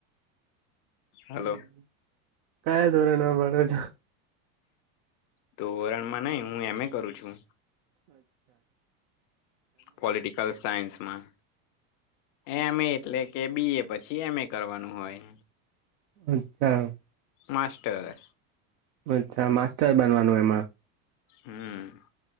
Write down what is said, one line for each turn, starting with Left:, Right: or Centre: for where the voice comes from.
Left: હલો
Right: હમ કયા ધોરણમાં ભણો છે?
Left: તો ધોરણમાં નઈ હું એમએ કરું છું.
Right: અચ્છા
Left: પોલિટિકલ સાયન્સ માં એમ એ એટલે કે બી એ પછી એમ એ કરવાનું હોય.
Right: અચ્છા.
Left: માસ્ટર,
Right: અચ્છા માસ્ટર બનવાનું એમાં
Left: હું.